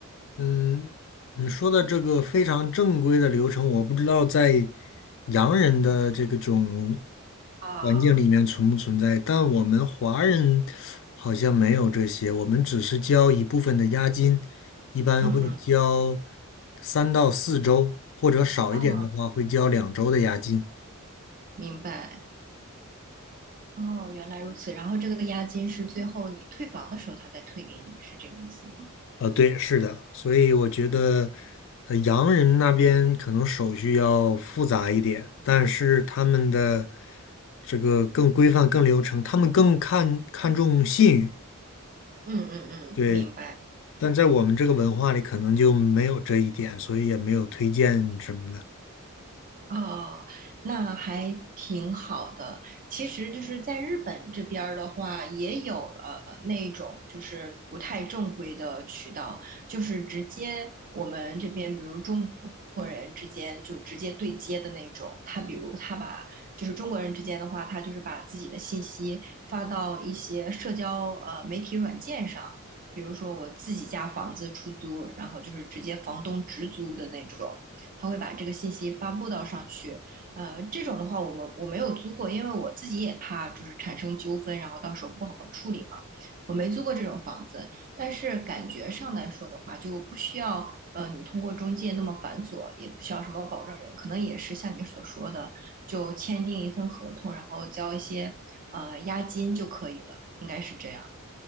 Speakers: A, on the left; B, on the right.
A: 嗯，你说的这个非常正规的流程，我不知道在洋人的这个种
B: 啊，
A: 环境里面存不存在，但我们华人好像没有这些，我们只是交一部分的押金，一般会交
B: 嗯嗯，
A: 三到四周，或者少一点的话会交两周的押金。
B: 啊，明白。哦，原来如此。然后这个押金是最后你退房的时候他再退给你，是这个意思吗？
A: 呃，对，是的，所以我觉得，呃，洋人那边可能手续要复杂一点，但是他们的这个更规范、更流程，他们更看看重信誉，
B: 嗯嗯嗯，
A: 对。
B: 明白。
A: 但在我们这个文化里，可能就没有这一点，所以也没有推荐什么的。
B: 哦，那还挺好的。其实就是在日本这边儿的话，也有呃那种就是不太正规的渠道，就是直接我们这边，比如中国人之间就直接对接的那种。他比如他把就是中国人之间的话，他就是把自己的信息发到一些社交呃媒体软件上，比如说我自己家房子出租，然后就是直接房东直租的那种。他会把这个信息发布到上去。呃，这种的话，我们我没有租过，因为我自己也怕就是产生纠纷，然后到时候不好处理嘛。我没租过这种房子，但是感觉上来说的话，就不需要呃你通过中介那么繁琐，也不需要什么保证人，可能也是像你所说的，就签订一份合同，然后交一些呃押金就可以了，应该是这样。